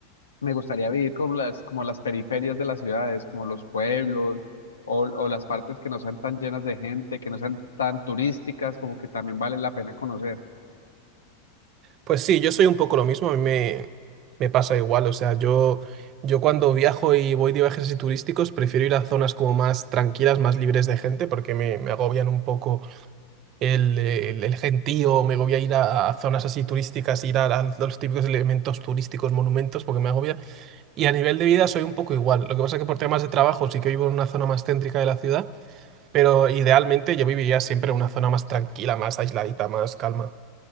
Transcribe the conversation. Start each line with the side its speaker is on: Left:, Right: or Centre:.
Left: me gustaría vivir como las, como las periferias de las ciudades, como los pueblos o, o las partes que no sean tan llenas de gente, que no sean tan turísticas, como que también vale la pena conocer.
Right: Pues sí, yo soy un poco lo mismo, a mí me, me pasa igual, o sea, yo, yo cuando viajo y voy de viajes así turísticos prefiero ir a zonas como más tranquilas, más libres de gente, porque me, me agobian un poco el, el- el gentío, me agobia ir a, a zonas así turísticas, ir a, a los típicos elementos turísticos, monumentos, porque me agobia. Y a nivel de vida soy un poco igual, lo que pasa que por temas de trabajo sí que vivo en una zona más céntrica de la ciudad, pero idealmente yo viviría siempre en una zona más tranquila, más aisladita, más calma.